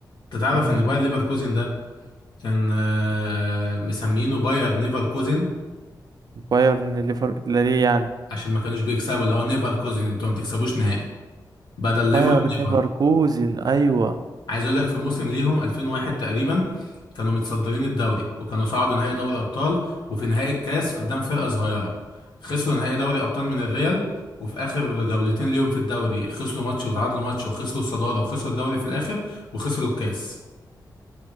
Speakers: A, on the left; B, on the right.
A: انت تعرف
B: امم
A: ان باير ليفركوزن ده كان آه، مسمينه باير نيفركوزن
B: بايرن ليفر لا ليه يعني
A: عشان ما كانوش بيكسبوا اللي هو نيفركوزن انتوا ما بتكسبوش نهائي بدل ليفر
B: بايرن
A: نيفر
B: ليفركوزن ايوه
A: عايز اقول لك في موسم ليهم 2001 تقريبا كانوا متصدرين الدوري وكانوا صعدوا نهائي دوري ابطال وفي نهائي الكاس قدام فرقه صغيره خسروا نهائي دوري ابطال من الريال وفي اخر جولتين ليهم في الدوري خسروا ماتش وتعادلوا ماتش وخسروا الصداره وخسروا الدوري في الاخر وخسروا الكاس